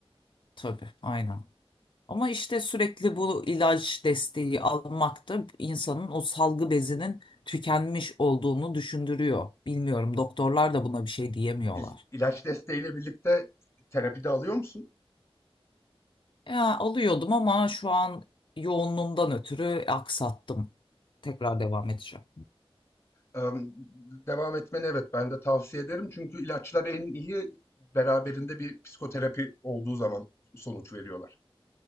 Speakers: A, on the left (about 50°); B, on the left (about 25°).
A: Tabii, aynen. Ama işte sürekli bu ilaç desteği almak da insanın o salgı bezinin tükenmiş olduğunu düşündürüyor. Bilmiyorum doktorlar da buna bir şey diyemiyorlar.
B: İl- İlaç desteğiyle birlikte terapi de alıyor musun?
A: Ya alıyordum ama şu an yoğunluğumdan ötürü aksattım. Tekrar devam edeceğim.
B: Ee, devam etmeni evet ben de tavsiye ederim. Çünkü ilaçlar en iyi beraberinde bir psikoterapi olduğu zaman sonuç veriyorlar.